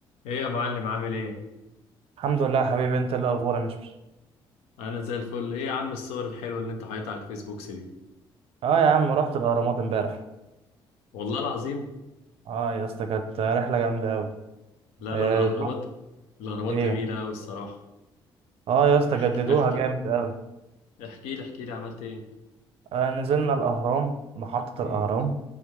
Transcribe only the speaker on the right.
الحمد لله يا حبيبي انت ايه الاخبار يا مشمش
اه يا عم رحت الاهرامات امبارح
اه يا اسطى كانت رحله جامده قوي
آه
نروح-
ايه
اه يا اسطى
جددوها
جامد قوي
آه نزلنا الاهرام محطه
الاهرام